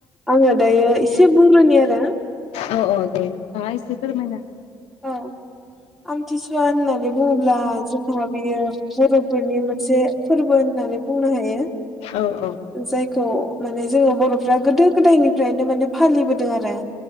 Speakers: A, in the centre; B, on the left.
A: आङो दायो एसे बुंग्रोनि आरो
B: औ औ दे नोंथाङा एसे फोरमायना
A: औ आमथिसुवा होन्नानै बुङोब्ला जोहा बियो बर'फोरनि मोनसे फोरबो होननानै बुंनो हायो
B: औ औ
A: जायखौ माने जोङो बर'फ्रा गोदो गोदायनिफ्रायनो माने फालिबोदों आरो